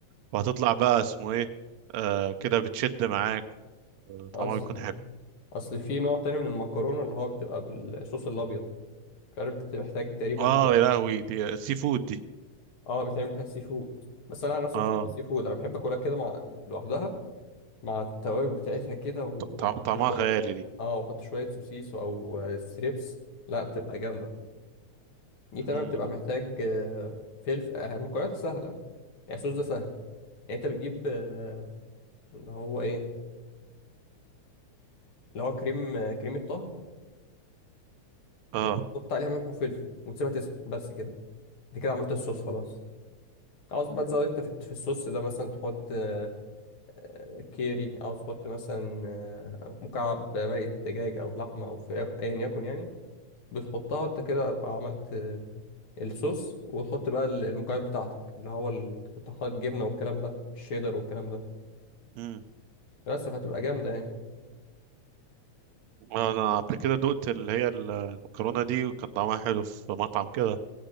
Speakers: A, on the right; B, on the left.
A: وهتطلع بقى اسمه ايه آه كده بتشد معاك طعمها
B: اصل
A: بيكون حلو
B: اصل في نوع تاني من المكرونه اللي هو بتبقى بالصوص الابيض مش عارف بتحتاج تقريبا
A: اه يا لهوي دي سي فود دي
B: اه بيتعمل بيها سي فود بس انا عن نفسي
A: اه
B: مش بحب السي فود انا بحب اكلها كده مع لوحدها مع التوابل بتاعتها كده واحط
A: ط- طعمها
B: شويه
A: خيالي دي
B: اه واحط شويه سوسيس او ستريبس لا بتبقى جامده دي
A: مم.
B: تمام بتبقى محتاج آه، فلفل آه، مكونات سهلة يعني الصوص ده سهل يعني انت بتجيب آه، اللي هو ايه اللي هو كريم آه، كريمة طهي
A: اه
B: وتحط عليها ملح وفلفل وتسيبها تسخن بس كده انت كده عملت الصوص خلاص عاوز بقى تزود انت في في الصوص ده مثلا تحط آه، آه، كيري عاوز تحط مثلا آه، مكعب آه، مرقة دجاج او لحمة او فراخ ايا يكن يعني بتحطها انت كده عملت آه، الصوص وتحط بقى ال- المكعب بتاعتك اللي هو ال- انت كنت حاطط جبنه والكلام ده الشيدر والكلام ده
A: امم
B: بس فهتبقى جامده يعني
A: انا قبل كده دقت اللي هي ال- المكرونه دي وكان طعمها حلو في مطعم كده